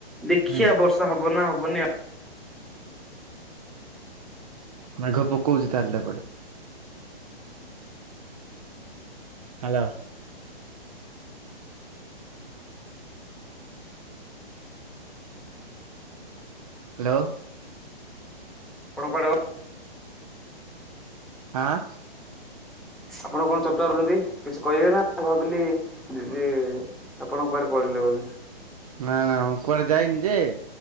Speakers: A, in the centre; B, on the right.
A: ଦେଖିଆ
B: ହୁଁ
A: ବର୍ଷା ହବ ନା ହବନି ଆଉ?
B: ମେଘ ପକଉଛି ତାହେଲେ ଏପଟେ। ହାଲୋ। ହ୍ୟାଲୋ।
A: ଆପଣ କୁଆଡେ
B: ହାଁ।
A: ଆପଣ କଣ ପଚାରୁଛନ୍ତି କିଛି କହିବେ ନା ମୁଁ ଭାବିଲି ଯେ ଆପଣ କୁଆଡେ ପଳେଇଲେ ବୋଧେ?
B: ନା, ନା, ମୁଁ କୁଆଡେ ଯାଇନି ଯେ